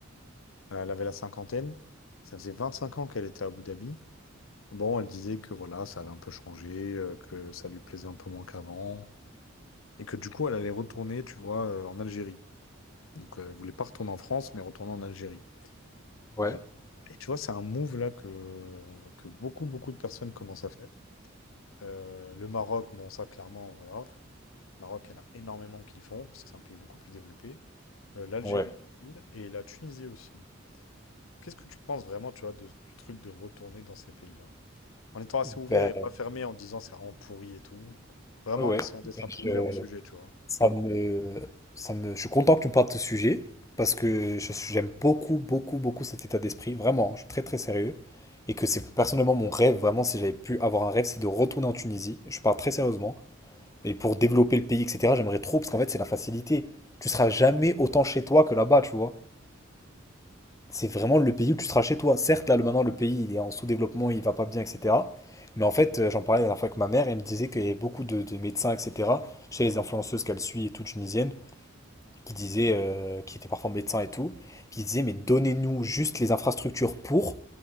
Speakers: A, on the left; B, on the left.
A: Euh, elle avait la cinquantaine. Ça faisait 25 ans qu'elle était à Abu Dhabi. Bon, elle disait que voilà, ça avait un peu changé, euh, que ça lui plaisait un peu moins qu'avant, et que du coup, elle allait retourner, tu vois, euh, en Algérie. Donc, euh, elle voulait pas retourner en France, mais retourner en Algérie.
B: ouais,
A: Euh, et tu vois, c'est un move là que, que beaucoup, beaucoup de personnes commencent à faire. Euh, le Maroc, bon, ça, clairement, voilà. Le Maroc, il y en a énormément qui le font, parce que c'est un pays beaucoup plus développé. Euh, l'Algérie
B: ouais,
A: et la Tunisie aussi. Qu'est-ce que tu penses vraiment, tu vois, de, du truc de retourner dans ces pays-là? En étant assez
B: Ben,
A: ouvert et pas fermé en disant c'est vraiment pourri et tout. Vraiment
B: ouais, ouais.
A: en essayant d'être
B: ben,
A: un
B: je,
A: peu ouvert au sujet, tu vois.
B: ça me, ça me, je suis content que tu me parles de ce sujet parce que je- j'aime beaucoup, beaucoup, beaucoup cet état d'esprit. Vraiment, je suis très, très sérieux. Et que c'est personnellement mon rêve, vraiment, si j'avais pu avoir un rêve, c'est de retourner en Tunisie. Je parle très sérieusement. Et pour développer le pays, etc., j'aimerais trop parce qu'en fait, c'est la facilité. Tu seras jamais autant chez toi que là-bas, tu vois. C'est vraiment le pays où tu seras chez toi. Certes, là, le- maintenant, le pays, il est en sous-développement, il va pas bien, etc. Mais en fait, euh, j'en parlais la dernière fois avec ma mère, elle me disait qu'il y avait beaucoup de, de médecins, etc. Chez les influenceuses qu'elle suit et tout, tunisiennes, qui disaient, euh, qui étaient parfois médecins et tout, qui disaient, mais donnez-nous juste les infrastructures pour,